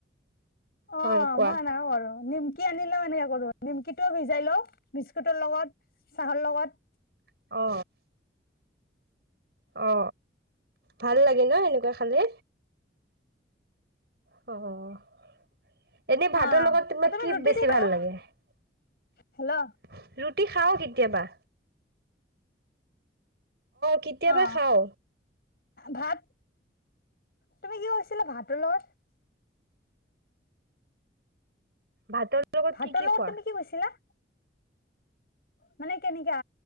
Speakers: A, on the left; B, on the right.
A: অ
B: হয় কোৱা
A: মই নাহো আৰু মোন কি আনি লও এনেকে কৰো নিমকিটোও ভিজাই লও বিস্কুটৰ লগত চাহৰ লগত
B: অ অ ভাল লাগে ন এনেকুৱা খালে অ এনে ভাতৰ
A: অ
B: লগত তোমাক
A: তুমি
B: কি
A: ৰুটি
B: বেছি
A: দি খা
B: ভাল লাগে ৰুটি
A: হেল্ল' অ
B: খাও কিতিয়াবা কেতিয়াবা
A: অ অ
B: খাও
A: ভাত তুমি কি কৈছিলা ভাতৰ লগত
B: ভাতৰ লগত
A: ভাতৰ
B: কি
A: লগত
B: খোৱা?
A: তুমি কি কৈছিলা? মানে কেনেকা